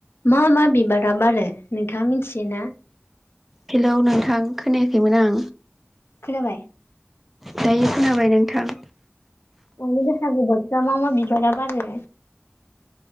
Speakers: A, on the left; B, in the centre.
A: मा मा बिबाराब आरो नोंथाङा मिनथियो ना?
B: हेलौ नोंथां खोनायाखैमोन आं।
A: खोनाबाय।
B: दायो खोनाबाय नोंथां।
A: ओरैनो बैसागु बोथोराव मा मा बिबारा बारो?